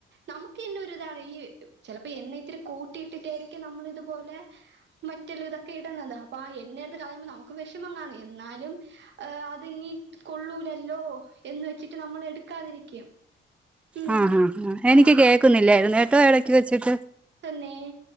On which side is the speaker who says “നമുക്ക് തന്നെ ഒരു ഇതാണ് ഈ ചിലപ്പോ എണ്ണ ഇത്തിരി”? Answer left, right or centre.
Right